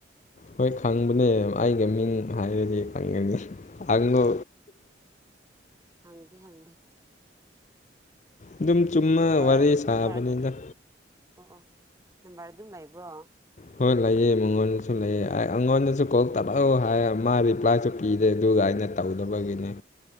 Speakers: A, on the left (about 40°); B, on the right (about 15°).
A: ꯍꯣꯏ ꯈꯪꯕꯅꯦ ꯑꯩꯒ ꯃꯤꯡ ꯍꯥꯏꯔꯗꯤ ꯈꯪꯒꯅꯤ ꯍꯪꯉꯣ
B: ꯍꯪꯒꯦ ꯍꯪꯒꯦ
A: ꯑꯗꯨꯝ ꯆꯨꯝꯅ
B: ꯅꯝꯕꯔ
A: ꯋꯥꯔꯤ ꯁꯥꯕꯅꯤꯗ
B: ꯅꯝꯕꯔ ꯑꯣ ꯑꯣ ꯅꯝꯕꯔ ꯑꯗꯨꯝ ꯂꯩꯕ꯭ꯔꯣ
A: ꯍꯣꯏ ꯂꯩꯌꯦ ꯃꯉꯣꯟꯗꯁꯨ ꯂꯩꯑꯦ ꯑꯩ ꯑꯩꯉꯣꯟꯗꯁꯨ ꯀꯣꯜ ꯇꯧꯔꯛꯎ ꯍꯥꯏ ꯃꯥ ꯔꯤꯄ꯭ꯂꯥꯏꯁꯨ ꯄꯤꯗꯦ ꯑꯗꯨꯒ ꯑꯩ ꯅ ꯇꯧꯗꯕꯒꯤꯅꯤ